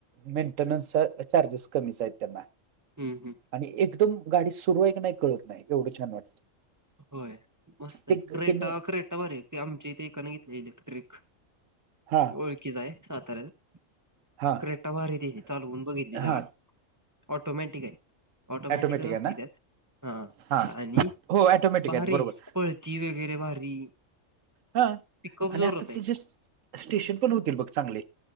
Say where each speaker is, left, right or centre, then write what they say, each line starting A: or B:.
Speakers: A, on the right; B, on the right.
A: मेंटेनन्सचा चार्जेस कमीच आहेत त्यांना
B: हम् हम
A: आणि एकदम गाडी सुरू आहे की नाही कळत नाही एवढं छान वाटतं
B: होय मस्त
A: ते
B: आहे क्रेटा
A: त्यांनी
B: क्रेटा बर आहे ते आमच्या इथे एकाने घेतले इलेक्ट्रिक
A: हा
B: ओळखीचा आहे साताऱ्यात
A: हां
B: क्रेटा भारी त चालवून बघितली जला
A: हां
B: ऑटोमॅटिक आहे ऑटोमॅटिकच
A: ॲटोमॅटिक
B: असतील
A: आहे ना
B: त्यात हा
A: हां
B: आणि
A: हो ॲटोमॅटिक
B: भारे
A: आहेत बरोबर
B: पळती वगैरे भारी
A: हा
B: पिकअप
A: आणि
B: जोरात
A: आता
B: आहे
A: त्याचे स्टेशन पण होतील बघ चांगले